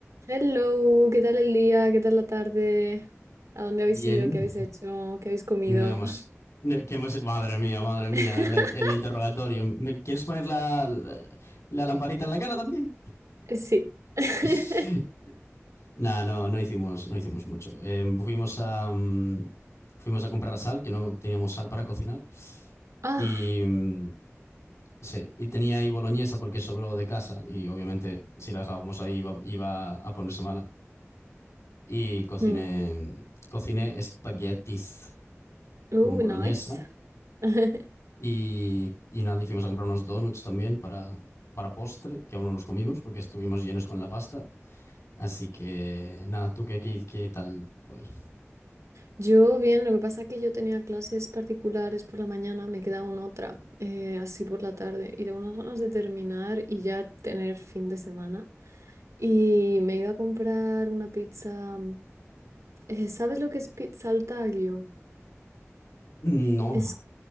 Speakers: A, on the right; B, on the left.
A: Hello, ¿qué tal el día? ¿Qué tal la tarde? ¿A dónde
B: Bien,
A: habéis ido? ¿Qué habéis hecho? ¿Qué habéis comido?
B: no hemos, no, que hemos, madre mía, madre mía,
A: <laughs>
B: la in- el, interrogatorio. ¿Me quieres poner la, la, la lamparita en la cara también?
A: Eh, Sí. <laughs>
B: <laughs> Nah, no, no hicimos, no hicimos mucho. Eh, fuimos a, mm, fuimos a comprar sal, que no teníamos sal para cocinar.
A: Ah,
B: Y mm, sí, y tenía ahí boloñesa porque sobró de casa y obviamente si la dejábamos ahí iba, iba a ponerse mala. Y cociné,
A: hmm.
B: cociné espaguetis
A: Oh,
B: con boloñesa
A: nice. <laughs>
B: Y, y nada, y fuimos a comprar unos donuts también para, para postre, que aún no los comimos porque estuvimos llenos con la pasta. Así que nada, ¿tú qué, qué, qué tal hoy?
A: Yo bien, lo que pasa es que yo tenía clases particulares por la mañana, me queda una otra, eh, así por la tarde, y tengo unas ganas de terminar y ya tener fin de semana. Y me he ido a comprar una pizza. eh, ¿sabes lo que es pizza al taglio?
B: No,
A: Es,